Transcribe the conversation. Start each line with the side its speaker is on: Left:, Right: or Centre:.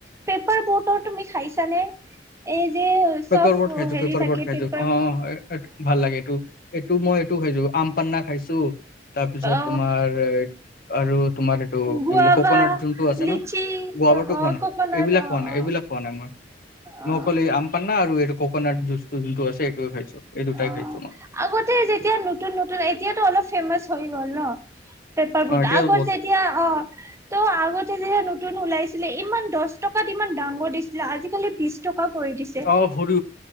Right: পেপাৰ বত তুমি খাইছানে? এই যে
Left: পেপাৰ
Right: চব
Left: বট খাইছো
Right: হেৰি
Left: পেপাৰ
Right: থাকে
Left: বট খাইছো
Right: পেপাৰ
Left: অ ভাল লাগে এইটো-এইটো মই এইটো খাইছো আম পান্না খাইছো তাৰপিছত
Right: অ
Left: তোমাৰ এ আৰু তোমাৰ এইটো
Right: গুৱাবা
Left: কি বুলি ক‌ওঁ, ককনাট যোনটো আছে
Right: লিচি
Left: ন গোৱাবাৰটো
Right: চব
Left: খোৱা
Right: অ
Left: নাই
Right: ককনাট
Left: এইবিলাক
Right: অ
Left: খোৱা নাই
Right: অ
Left: এইবিলাক খোৱা নাই মই,
Right: অ
Left: মই অকল এই আম পানা আৰু এইটো ককনাট জুচটো যোনটো আছে সেইটোয়ে খাইছো। এই দুটাই
Right: অ
Left: খাইছো মই
Right: আগতে যেতিয়া নতুন নতুন এতিয়াতো অলপ ফেমাচ হৈ গ'ল ন। পেপাৰ বুট,
Left: অ এতিয়াও
Right: আগত
Left: ব
Right: যেতিয়া অ ত' আগতে যেতিয়া নতুন ওলাইছে ছিলে ইমান দহ টকাত ইমান ডাঙৰ দিছিলে। আজিকালি বিশ টকা কৰি দিছে
Left: অ সৰু